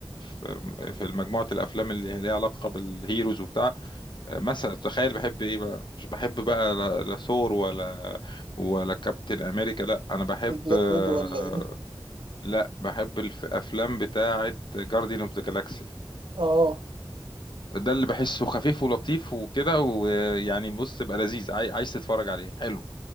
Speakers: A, on the left; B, on the right.
A: في في مجموعة الافلام اللي هي ليها علاقة بالهيروز وبتاع آه، مثلا تخيل بحب ايه بقى مش بحب بقى لا لا ثور ولا ولا كابتن امريكا لا انا بحب
B: بلاك
A: آه،
B: ويدو ولا إيه
A: لا بحب الافلام بتاعة جارديان اوف ذا جالاكسي
B: آه
A: ده اللي بحسه خفيف ولطيف وكده ويعني بص تبقى لذيذ عاي- عايز تتفرج عليه حلو